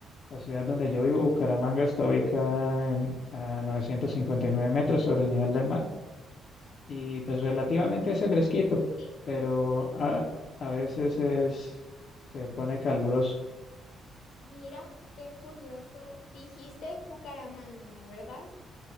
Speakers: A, on the left (about 45°); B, on the left (about 70°).
A: La ciudad donde yo vivo, Bucaramanga, está ubicada en, a 959 metros sobre el nivel del mar y pues relativamente hace fresquito,
B: Sí,
A: pero a, a veces es, se pone caluroso.
B: Mira, qué curioso. Dijiste Cucaramángara, ¿verdad?